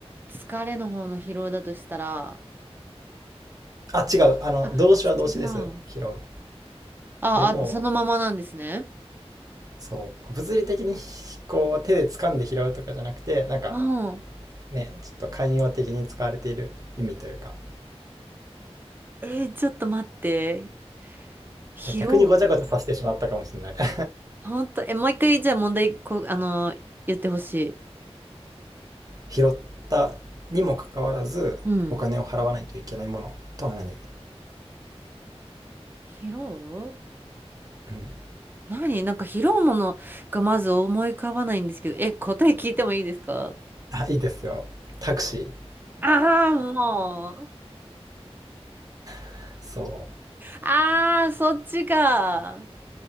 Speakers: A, on the right (about 20°); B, on the right (about 35°).
A: ー、疲れの方の疲労だとしたら、
B: あ違うあの動詞は動詞です拾う
A: あ、違う。あ、
B: でも
A: あ、そのままなんですね。
B: そう物理的にこう手で掴んで拾うとかじゃなくてなんか
A: うん
B: ねちょっと寛容的に使われている意味というか
A: えーちょっと待って。疲労。
B: 逆にごちゃごちゃさせてしまったかもしれない <laughs>
A: ほんと、え、もう一回、じゃあ問題、こう、あの、言ってほしい。
B: 拾ったにもかかわらずお金を払わないといけないものとは何
A: うん。疲労
B: うん
A: 何なんか疲労ものがまず思い浮かばないんですけど、え、答え聞いてもいいですか
B: あいいですよタクシ
A: ああー、もう。
B: ーそう
A: ああ、そっちか。